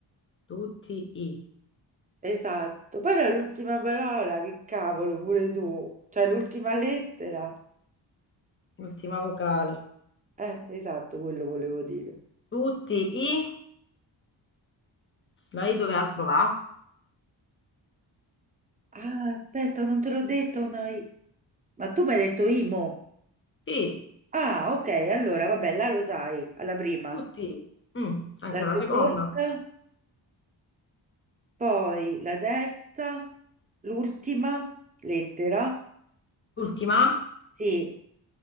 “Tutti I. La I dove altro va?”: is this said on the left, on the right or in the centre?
Left